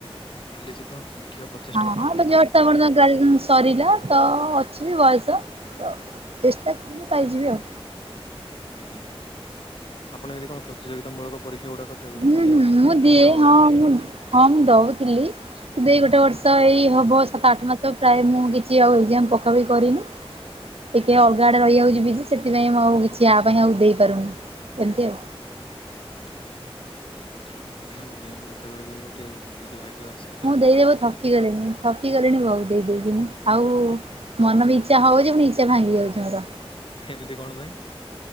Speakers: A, on the left; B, on the right.
A: ଚାଲିଛି ତ ଦେଖିବା ପ୍ର
B: ହଁ, ଏବେ ତ ଜଷ୍ଟ ତ, ଆପଣ ତ ଗ୍ରାଜୁଏସନ୍ ସରିଲା। ତ-ଅ ଅଛି ବୟସ। ତ ଚେଷ୍ଟା କଲେ ପାଇଯିବେ ଆଉ।
A: ଆଜ୍ଞା, ଆପଣ ଯଦି କଣ ପ୍ରତିଯୋଗିତା ମୂଳକ। ପରୀକ୍ଷା ଗୁଡାକ ଦେଉ
B: ହୁଁ
A: ଦେଉଛନ୍ତି
B: ହୁଁ ମୁଁ
A: ନା
B: ଦିଏ
A: କେମ ଦେଉନାହାନ୍ତି।
B: ହଁ ମୁଁ ହଁ ମୁଁ ଦଉଥିଲି କିନ୍ତୁ ଏଇ ଗୋଟେ ବର୍ଷ ଏଇ ହବ ସାତ ଆଠ ମା ତ ପ୍ରାୟ ମୁଁ କିଛି ଆଉ ଏକ୍ଜାମ୍ ପକା ପକି କରିନି। ଟିକେ ଅଲଗା ଆଡ଼େ ରହିଯାଉଛିି ବିଜି ସେଥିପାଇଁ ମୁଁ ଆଉ କିଛି ୟା ପାଇଁ ଆଉ ଦେଇପାରୁନି ଏମିତି ଆଉ।
A: ହଁ ହଁ ହଁ ଦିଅନ୍ତୁ ଦିଅନ୍ତୁ କେତେବେଳେ ବି ଗୋଟିଏ ଯଦି ଭାଗ୍ୟ ଆସ
B: ମୁଁ ଦେଇ ଦେବ ଥକିଗଲିଣି। ଥକି ଗଲିଣି ବହୁତ ଦେଇ ଦେଇ କି ମୁଁ ଆଉ ମନ ବି ଇଚ୍ଛା ହଉଛି ପୁଣି ଇଚ୍ଛା ଭାଙ୍ଗି ଯାଉଛି ମୋର।
A: ଏମିତି କଣ ପାଇଁ?